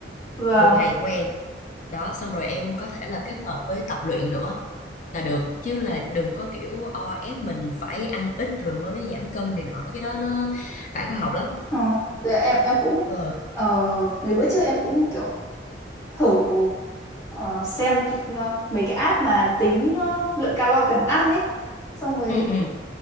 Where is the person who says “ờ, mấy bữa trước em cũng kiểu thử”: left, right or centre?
Left